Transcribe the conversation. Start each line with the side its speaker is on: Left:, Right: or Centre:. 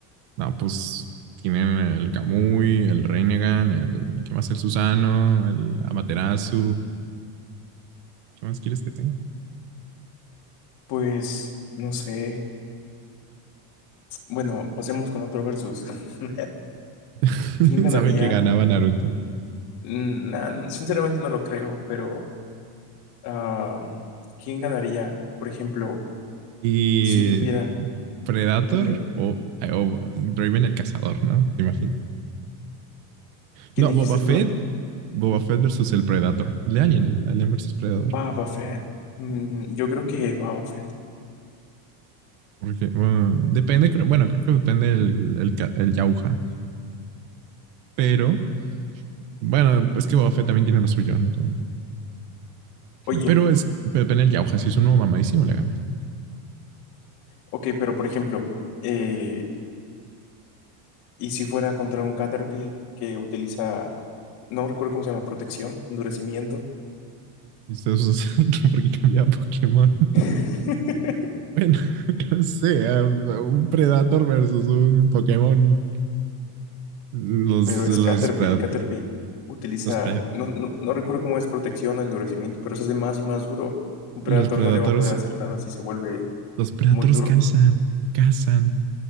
Right: No, pues tienen el Kamui, el Renegan, el... ¿Qué más? El Susano, el Amaterasu. ¿Qué más quieres que tenga?
Left: Pues, no sé. Bueno, pasemos con otro versus. <laughs>
Right: <laughs>
Left: ¿Quién ganaría?
Right: Sabe que ganaba Naruto.
Left: Mm, nah, n- sinceramente no lo creo, pero ah, ¿quién ganaría, por ejemplo,
Right: Y
Left: si tuviera...
Right: Predator
Left: Dime,
Right: o, o Draven el Cazador, ¿no? Te imagino.
Left: ¿quién
Right: No,
Left: dijiste,
Right: Boba Fett.
Left: perdón?
Right: Boba Fett versus el Predator. El de Alien, el Alien versus Predator.
Left: Baba Fett. Mm, yo creo que Baba Fett.
Right: Porque, bueno, depende, creo- bueno, creo que depende el, el, ca- el Yauja. Pero, bueno, es que Boba Fett también tiene lo suyo, ¿no? Todo-
Left: Oye,
Right: Pero es Pepe en el Yauja, si es uno mamadísimo, le gana.
Left: Ok, pero por ejemplo, eh, ¿y si fuera contra un Caterpillar que utiliza, no recuerdo cómo se llama, protección, endurecimiento?
Right: Ustedes saben <laughs> que porque cambiaba Pokémon. <laughs>
Left: <laughs>
Right: Bueno, no sé, un Predator versus un Pokémon. Los,
Left: Pero es
Right: los,
Left: Caterpillar,
Right: pred,
Left: Caterpillar. Utiliza,
Right: los, pred,
Left: no, no, no recuerdo cómo es protección o endurecimiento, pero se hace más y más duro. Un Predator
Right: los Predators,
Left: no le va a poder hacer nada si se vuelve
Right: los Predators
Left: muy duro.
Right: cazan, cazan.